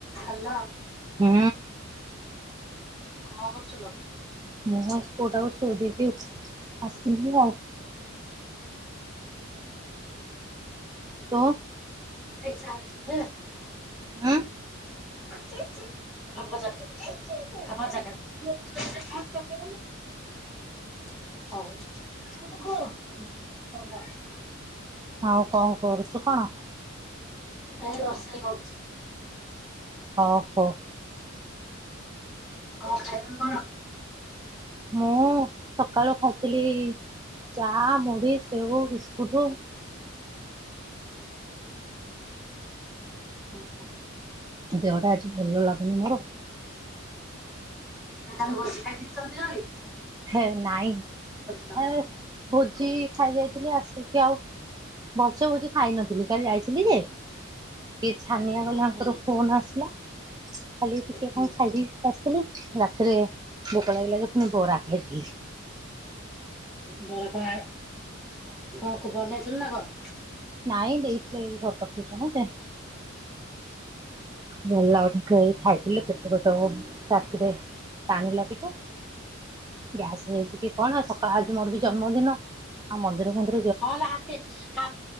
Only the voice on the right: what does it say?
ହୁଁ।
ମୁଁ ଆସି ପୁଅଟକୁ ଶୋଇ ଦେଇ ବସିଥିଲି ଆଉ। ତୋ
ହଁ।
ଆଉ କଣ କରୁଛୁ କଣ?
ଓହୋ
ମୁଁ ସକାଳୁ ଖାଇଥିଲି ଚା, ମୁଢି, ସେଉ, ବିସ୍କୁଟୁ।
ଦେହଟା ଆଜି ଭଲ ଲାଗୁନି ମୋର।
ହେ ନାଇଁ
ଆ ଭୋଜି ଖାଇଯାଇଥିଲି ଆସିକି ଆଉ ଭଲ ସେ ଭୋଜି ଖାଇ ନଥିଲି କାଲି ଯାଇଥିଲି ଯେ ଏ ଛାନିଆ କଲେ
ଆଙ୍କର ଫୋନ ଆସିଲା ଖାଲି ଟିକେ
କଣ ଖାଇଦେଇ ପଳିଆଶେ ଥିଲି, ରାତିରେ ଭୋକ ଲାଗିଲା ପୁଣି ବରା ଖାଇ।
ନାଇଁ ଦେଇଥିଲେ ଏଇ ଘର ପାଖରୁ। ରହନ୍ତେ ଭଲ ଲାଗୁନି ତ ଏଈ ଖାଇ ହେଲେ ପେଟ କଟା ହବ ରାତିରେ ଟାଣିଲା ଟିକ ଗ୍ୟାସ ହେଇଛି କି କଣ ସକାଳ ଆଜି ମୋର ବି ଜନ୍ମଦିନ ଆଉ ମନ୍ଦିର ମନ୍ଦିର